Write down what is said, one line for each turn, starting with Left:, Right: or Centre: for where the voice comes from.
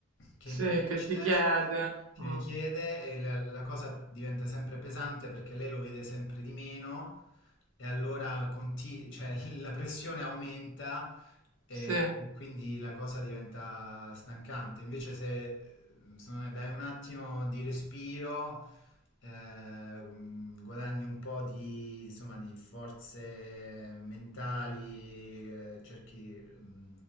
Left: che
Right: Sì,
Left: mi dice,
Right: che ti chiede.
Left: che
Right: Mm,
Left: mi chiede e la, la cosa diventa sempre pesante perché lei lo vede sempre di meno e allora conti- cioè, <laughs> la pressione aumenta e,
Right: Sì,
Left: e quindi la cosa diventa stancante. Invece se eh, secondo me, dai un attimo di respiro, ehm, guadagni un po' di, insomma, di forze mentali, eh, cerchi, mm,